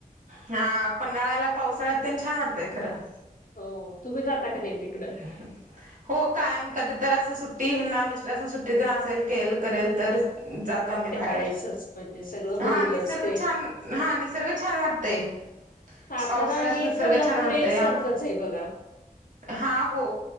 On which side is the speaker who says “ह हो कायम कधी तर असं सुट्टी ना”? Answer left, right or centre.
Right